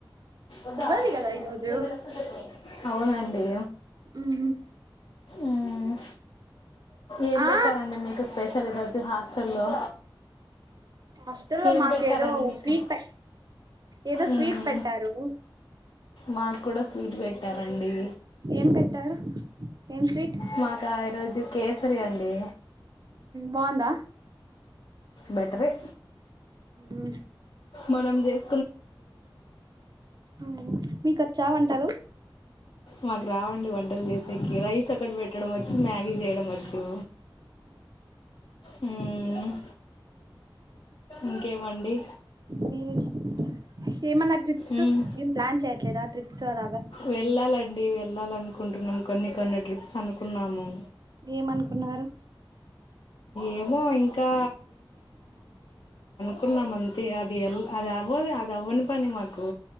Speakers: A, on the left; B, on the right.
A: ఉందా
B: ఉగాది కదా ఈరోజు
A: నిం ఎలా స అవునండి
B: ఉమ్
A: ఉమ్ ఏం
B: ఆ
A: పెట్టారంండి మీకు స్పెషల్ ఈరోజు హాస్టల్లో
B: హాస్టల్లో
A: ఏం
B: మాకేదో
A: పెట్టారండి మీకు
B: స్వీట్ పె ఏదో స్వీట్
A: ఉహూ
B: పెట్టారు
A: మాకు కూడా స్వీట్ పెట్టారండి
B: ఏం పెట్టారు ఏం స్వీట్
A: మాకా ఈరోజు కేసరి అండి
B: బాగుందా
A: బెటర్ ఎ
B: ఉ
A: మనం జేస్
B: అవును మీకచ్చా వంటలు
A: మాక్ రావండి వంటలు జేసేకి రైస్ ఒక్కటి బెట్ పెట్టడం వచ్చు మ్యాగీ జేయడం వచ్చు హ్మ ఇంకేమండి
B: మీరే చెప్ల ఏమన్నా ట్రిప్స్
A: మ్మ్
B: ఏం ప్లాన్ చేయట్లేదా ట్రిప్స్ అలాగా
A: వెళ్ళాలండి వెళ్ ళ్లాలనుకుంటున్నాం కొన్ని కొన్ని ట్రిప్స్ అనుకున్నాము
B: ఏమనుకున్నారు
A: ఏమో ఇంకా కున్నామంతే అద్ దే ఎల్ అది అవ్వదు అది అవ్వని పని మాకు